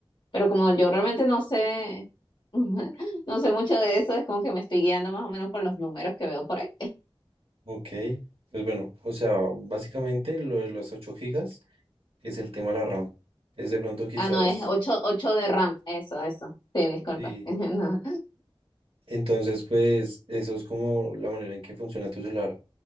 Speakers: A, on the left (about 55°); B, on the right (about 75°).
A: Pero como yo realmente no sé, <laughs> no sé mucho de eso, es como que me estoy guiando más o menos por los números que veo por ahí.
B: Ok, pues bueno, o sea, básicamente lo de los 8 gigas es el tema de la RAM. Es de pronto quizás,
A: Ah, no, es ocho ocho de RAM, eso, eso. Sí, disculpa.
B: sí.
A: <laughs> No,
B: Entonces, pues eso es como la manera en que funciona tu celular.